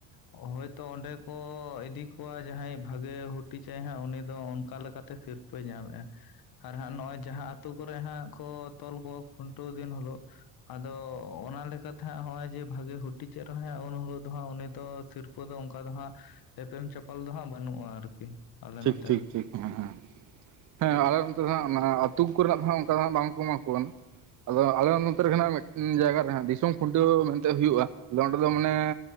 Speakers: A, on the left (about 50°); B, on the right (about 40°).
A: ᱦᱚᱭᱛᱳ ᱚᱸᱰᱮ ᱠᱚ ᱤᱫᱤ ᱠᱚᱣᱟᱜ ᱡᱟᱦᱟᱸᱭ ᱵᱷᱟᱜᱮ ᱦᱩᱴᱤᱡᱟᱭ ᱦᱟᱸᱜ ᱩᱱᱤ ᱫᱚ ᱚᱱᱠᱟ ᱞᱮᱠᱟᱛᱮ ᱥᱤᱨᱯᱟᱹᱭ ᱧᱟᱢᱮᱜᱼᱟ᱾ ᱟᱨ ᱦᱟᱸᱜ ᱱᱚᱜᱼᱚᱭ ᱡᱟᱦᱟᱸ ᱟᱛᱳ ᱠᱚᱨᱮ ᱦᱟᱸᱜ ᱠᱚ ᱛᱚᱞ ᱠᱚᱣᱟ ᱠᱷᱩᱱᱴᱟᱹᱣ ᱫᱤᱱ ᱦᱤᱞᱳᱜ ᱟᱫᱚ ᱚᱱᱟ ᱞᱮᱠᱟᱛᱮ ᱦᱟᱸᱜ ᱱᱚᱜᱼᱚᱭ ᱡᱮ ᱵᱷᱟᱜᱮ ᱦᱩᱴᱤᱡ ᱮ ᱨᱮᱦᱚᱸ ᱩᱱ ᱦᱤᱞᱳᱜ ᱫᱚ ᱦᱟᱸᱜ ᱩᱱᱤ ᱫᱚ ᱥᱤᱨ <inaudible> ᱚᱱᱠᱟ ᱫᱚ ᱦᱟᱸᱜ ᱮᱯᱮᱢ ᱪᱟᱯᱟᱞ ᱫᱚ ᱦᱟᱸᱜ ᱵᱟᱹᱱᱩᱜᱼᱟ ᱟᱨᱠᱤ᱾ ᱟᱞᱮ
B: ᱴᱷᱤᱠ
A: ᱱᱚᱛᱮ
B: ᱴᱷᱤᱠ ᱴᱷᱤᱠ᱾
A: <inaudible>
B: ᱦᱮᱸ ᱦᱮᱸ ᱦᱮᱸ ᱟᱞᱮ ᱱᱚᱱᱛᱮ ᱫᱚ ᱦᱟᱜᱸ ᱚᱱᱟ ᱟᱹᱛᱩ ᱠᱚᱨᱮᱱᱟᱜ ᱫᱚ ᱦᱟᱜ ᱸᱚᱱᱠᱟ ᱫᱚ ᱦᱟ ᱵᱟᱝᱠᱚ ᱮᱢᱟ ᱠᱚ ᱠᱟᱱᱟ᱾ ᱟᱫᱚ ᱟᱞᱮ ᱱᱚᱛᱮ ᱨᱮᱜᱮ ᱦᱟᱜ ᱢᱤᱫᱴᱟᱝ ᱡᱟᱭᱜᱟ ᱨᱮ ᱦᱟᱜ ᱫᱤᱥᱚᱢ ᱠᱷᱩᱱᱴᱟᱹᱣ ᱢᱮᱱᱛᱮ ᱦᱩᱭᱩᱜᱼᱟ᱾ ᱟᱫᱚ ᱚᱸᱰᱮ ᱫᱚ ᱢᱟᱱᱮ